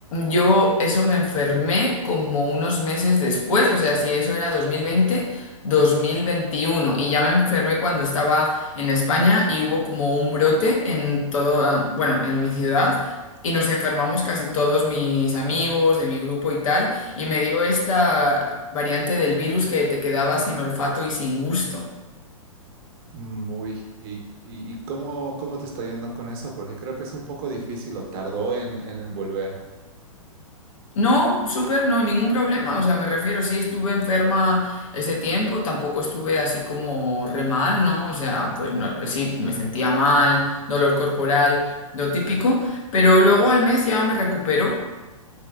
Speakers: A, on the left; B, on the right.
A: yo eso me enfermé como unos meses después, o sea, si eso era 2020, 2021 y ya me enfermé cuando estaba en España y hubo como un brote en todo, bueno, en mi ciudad. Y nos enfermamos casi todos mis amigos de mi grupo y tal, y me dio esta variante del virus que te quedaba sin olfato y sin gusto.
B: Muy. ¿Y, y, y cómo, cómo te está yendo con eso? Porque creo que es un poco difícil o tardó en, en, en volver.
A: No, súper, no, ningún problema. O sea, me refiero, sí estuve enferma ese tiempo, tampoco estuve así como re mal, ¿no? O sea, pues no, sí, me sentía mal, dolor corporal, lo típico, pero luego al mes ya me recupero.